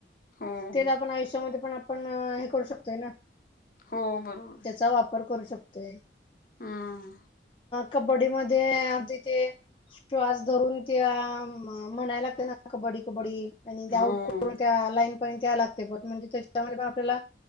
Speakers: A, on the left (about 50°); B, on the left (about 30°).
A: हो
B: तेच आपण आयुष्यामध्ये पण आपण हे करू शकतोय ना.
A: हो बरोबर.
B: त्याचा वापर करू शकतोय.
A: हम्म,
B: कबड्डी मध्ये अगदी ते श्वास धरून ते म्हणाय लागते ना. कबड्डी कबड्डी आउट
A: हो
B: करून त्या लाईन. पण त्या लागते पण म्हणजे त्याच्यामध्ये पण आपल्याला